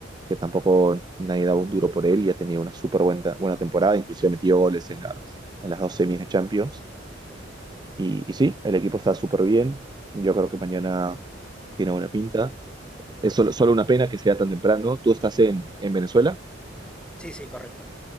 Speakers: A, on the right (about 20°); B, in the centre.
A: que tampoco nadie daba un duro por él, ya tenía una súper buena, buena temporada, inclusive metió goles en las, en las dos semis de Champions. Y, y sí, el equipo está súper bien. Yo creo que mañana tiene buena pinta. Es solo, solo una pena que sea tan temprano. Tú estás en, en Venezuela,
B: Sí, sí, correcto.